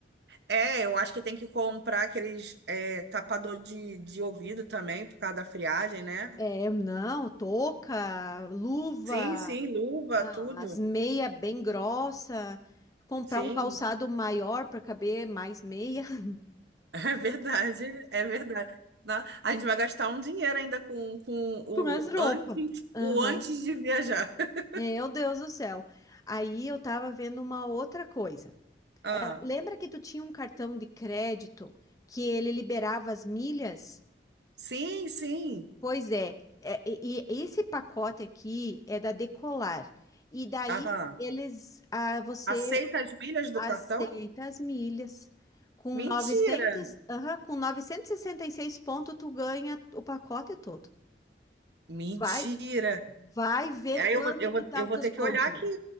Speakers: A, on the right; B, on the left.
A: É, eu acho que tem que comprar aqueles é, tapador de, de ouvido também, por causa da friagem, né?
B: É, não, touca, luva,
A: Sim, sim, luva,
B: a-
A: tudo.
B: as meias bem grossa, comprar
A: Sim,
B: um calçado maior para caber mais meia <laughs>
A: <laughs> é verdade, é verdade. Na- A gente vai gastar um dinheiro ainda com, com o
B: com as roupas.
A: antes,
B: Aham.
A: o antes de viajar. <laughs>
B: Meu Deus do céu. Aí eu tava vendo uma outra coisa.
A: Ah,
B: Lembra que tu tinha um cartão de crédito que ele liberava as milhas?
A: sim, sim.
B: Pois é, é, e, e esse pacote aqui é da Decolar. E daí
A: Aham.
B: eles, ah, você
A: Aceita as milhas do
B: Aceita
A: cartão?
B: as milhas. Com
A: Mentira!
B: 900, aham, com 966 pontos, tu ganha o pacote todo.
A: Mentira!
B: Vai, vai ver
A: Aí eu,
B: quando
A: vou- eu, vou-
B: que tá
A: eu
B: os
A: vou
B: teus
A: ter
B: pontos.
A: que olhar aqui
B: aí.